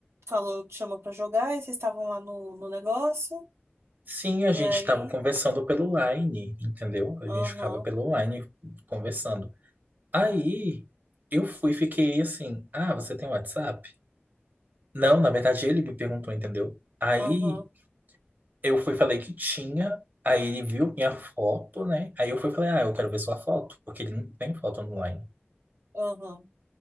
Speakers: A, on the right (about 85°); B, on the right (about 50°).
A: falou, te chamou pra jogar, e vocês estavam lá no, no negócio.
B: Sim,
A: E
B: a gente
A: aí,
B: estava conversando pelo Line, entendeu? A
A: aham,
B: gente ficava pelo Line conversando. Aí eu fui, fiquei assim, ah, você tem WhatsApp? Não, na verdade ele me perguntou, entendeu? Aí
A: aham,
B: eu fui, falei que tinha, aí ele viu minha foto, né? Aí eu fui, falei, ah, eu quero ver sua foto, porque ele não tem foto online.
A: aham.